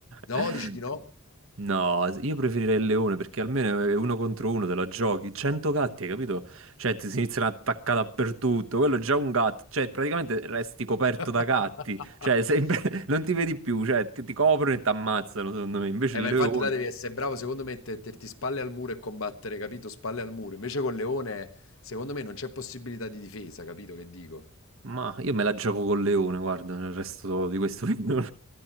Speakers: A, on the left; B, on the right.
A: No,
B: <laughs>
A: dici di no?
B: No, io preferirei il leone perché almeno è uno contro uno te la giochi. 100 gatti, hai capito? Cioè, ti si iniziano a attaccare dappertutto. Quello è già un gatto, cioè, praticamente resti coperto
A: <laughs>
B: da gatti. Cioè, sempre... <laughs> non ti vedi più, cioè, ti, ti coprono e ti ammazzano, secondo me. Invece
A: Eh,
B: il
A: ma
B: leone,
A: infatti là devi essere bravo, secondo me, metterti spalle al muro e combattere, capito? Spalle al muro. Invece col leone, secondo me, non c'è possibilità di difesa, capito che dico?
B: ma io me la gioco col leone, guarda, il resto di questo film <laughs>